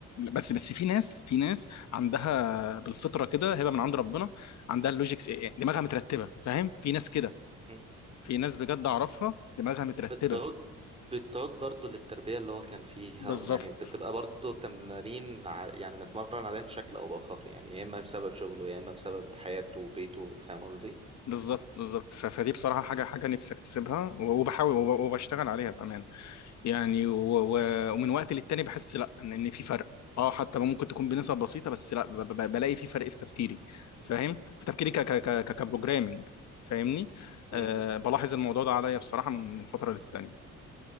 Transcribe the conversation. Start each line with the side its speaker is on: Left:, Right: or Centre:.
Left: بس بس في ناس في ناس عندها بالفطره كده هبه من عند ربنا عندها اللوجيكس إيه، إيه، دماغها مترتبه فاهم في ناس كده
Right: مم.
Left: في ناس بجد اعرفها دماغها مترتبه
Right: بتعود بتعود برضو للتربية اللي هو كان فيها
Left: بالظبط
Right: يعني بتبقى برضو تمارين ع- يعني متمرن عليها بشكل أو بآخر يعني يا إما بسبب شغله يا إما بسبب حياته وبيته فاهم قصدي؟
Left: بالظبط بالظبط ف- فدي بصراحه حاجه حاجه نفسي اكتسبها و- وبحاول وب- وبشتغل عليها بامان يعني و- و- ومن وقت للتاني بحس لا ان إن في فرق اه حتى لو ممكن تكون بنسب بسيطه بس لا ب- ب- بلاقي في فرق في تفكيري فاهم في تفكيري ك ك ك كبروجرامنج فاهمني
Right: مم.
Left: أه بلاحظ الموضوع ده عليا بصراحه من من فتره للتانيه